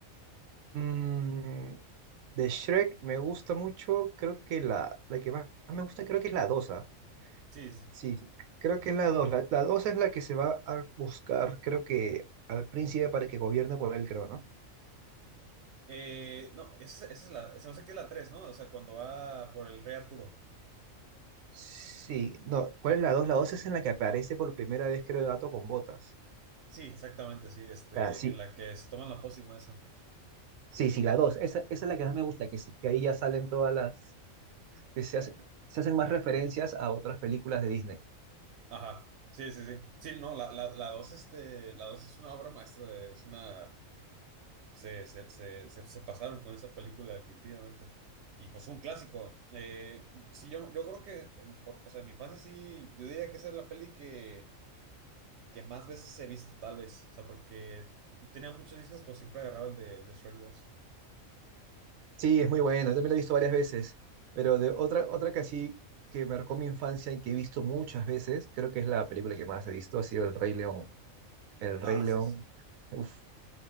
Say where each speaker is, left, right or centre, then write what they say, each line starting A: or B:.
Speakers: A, on the right; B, on the right.
A: Mm, De Shrek me gusta mucho, creo que la, la que más me gusta creo que es la 2, ¿ah?
B: Sí, sí. sí.
A: Sí, sí, creo que es la 2. La, la 2 es la que se va a buscar, creo que al príncipe para que gobierne por él, creo, ¿no?
B: Eh, no, esa, esa es la, se me hace que es la tres ¿no? O sea, cuando va por el rey Arturo.
A: Sí, no, ¿cuál es la 2? La 2 es en la que aparece por primera vez, creo, el gato con botas.
B: Sí, exactamente, sí, este,
A: Ah, sí,
B: en la que se toman la pócima esa.
A: sí, sí, la 2. Esa, esa es la que más me gusta, que, es- que ahí ya salen todas las, que se hacen, se hacen más referencias a otras películas de Disney.
B: Ajá, sí, sí, sí. Sí, no, la, la, la dos este, la dos es una obra maestra, es una, se, se, se, se, se pasaron con esa película definitivamente. Y pues un clásico. Eh, sí, yo, yo creo que, en, por- o sea, en mi infancia sí, yo diría que esa es la peli que, que más veces he visto, tal vez. O sea, porque tenía muchos discos, pero siempre agarraba el de, el de Shrek 2.
A: Sí, es muy buena, también la he visto varias veces, pero de otra, otra que así que marcó mi infancia y que he visto muchas veces, creo que es la película que más he visto, ha sido El Rey León. El Rey
B: Ah,
A: León,
B: sí, sí.
A: uf,